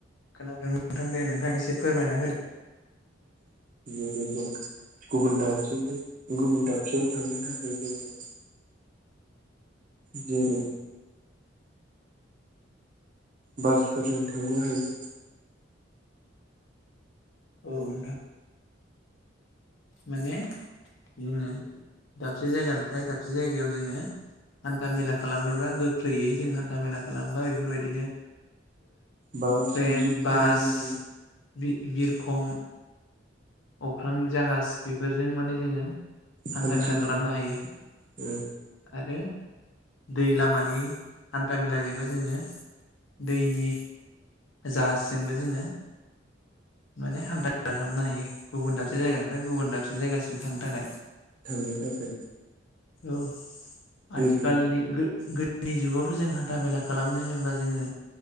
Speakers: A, on the left; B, on the right.
A: खोनादों नोंथां दे नोंथां एसे फोरमायना हो दे
B: <inaudible> गुबुन दाबसेजों गुबुन दाबसेयाव थांनो थाखाय जोङो जेरै बासफोरजों थांनो हायो
A: औ नोंथां माने जोङो दाबसे जायगानिफ्राय दाबसे जायगायाव जोङो हान्था मेला खालामनोब्ला गोख्रैयै जों हान्था मेला खालामोबा बेफोरबायदिनो
B: बास
A: ट्रेन
B: बिदि ट्रेनजों
A: बास
B: जों
A: बि बिरखं अख्रां जाहाज बेफोरजों माने जोङो हान्था
B: हान्थिनो
A: मेला खालामनो हायो
B: हायो
A: आरो दै लामानि हान्था मेलाजोंबो जोङो दैनि जाहाजजोंबो जोङो माने हान्थाेला खालामनो हायो गुबुन दाबसे जायगानिफ्राय गुबुन दाबसे जायगासिम थांनो थाखाय
B: थांनो थाखाय
A: औ
B: गोदो
A: आथिखालनि गोदोनि जुगावथ' जों हान्था मेला खालामनो होनोबा जोङो